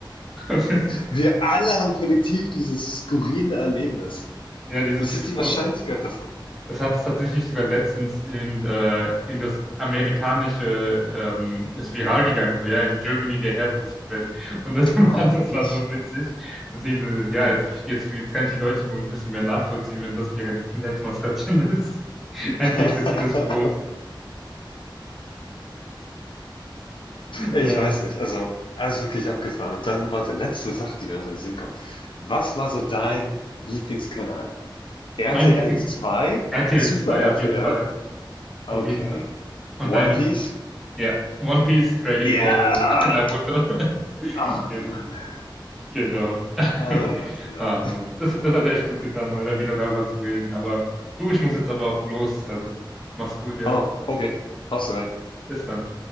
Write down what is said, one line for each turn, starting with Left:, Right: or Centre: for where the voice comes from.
Centre: und das ist,
Left: wir alle haben kollektiv dieses skurrile Erlebnis.
Centre: ja, dieses.
Left: Was ist die
Centre: oh,
Left: Wahrscheinlichkeit davon?
Centre: Das hat es tatsächlich sogar letztens in, äh, in das amerikanische, ähm, ist viral gegangen, so, ja, in Germany they have this bread. Und das <laughs> war,
Left: Oh,
Centre: das
Left: wirklich?
Centre: war so witzig zu sehen, so,
Left: Hm.
Centre: ja, jetzt, jetzt, jetzt kann ich die Deutschen wohl ein bisschen mehr nachvollziehen, wenn das deren Kindheitsmaskottchen <laughs> ist. Ein
Left: <laughs>
Centre: depressives Brot.
Left: Ich
Centre: Äh,
Left: weiß nicht. Also, also wirklich abgefahren. Und dann, warte, letzte Sache, die mir noch in den Sinn kommt. Was war so dein Lieblingskanal? RTL
Centre: mein Lieblings
Left: zwei?
Centre: RTL
Left: Super
Centre: 2
Left: RTL?
Centre: auf jeden Fall,
Left: Okay.
Centre: auf jeden Fall. Und
Left: One
Centre: deine?
Left: Piece?
Centre: Ja, One Piece, Dragon
Left: Yeah!
Centre: Ball, <laughs> Naruto. <laughs>
Left: Oh
Centre: Genau.
Left: Mann, man.
Centre: Genau. <laughs>
Left: Hell yeah, Bruder.
Centre: Ah, Mann. Das, das hat echt gut getan, mal wieder darüber zu reden. Aber du, ich muss jetzt aber auch los. Also mach's gut, ja?
Left: Oh, okay. Haust du rein.
Centre: Bis dann.